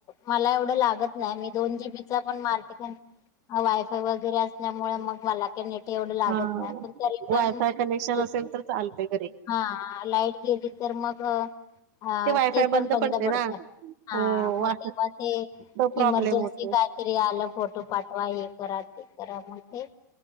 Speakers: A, on the left; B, on the right.
A: मला एवढं येवढं लागत नाय, मी दोन जीबी चा पण मारते, वायफाय वगैरे असल्यामुळे मग मला काय नेट एवढं लागत
B: हा
A: नाही, पण तरी
B: वायफाय
A: पण
B: कनेक्शन
A: एक-
B: असेल तर चालतंय घरी
A: हा लाईट गेली तर मग अ,
B: वायफाय
A: ते पण बंद
B: पडते
A: पडतं
B: ना
A: हा,
B: हो
A: मग
B: वा
A: तेव्हा ते
B: तो प्रॉब्लेम
A: इमर्जन्सी
B: होतो
A: काय तरी आलं फोटो पाठवा एक हे करा ते करा म ते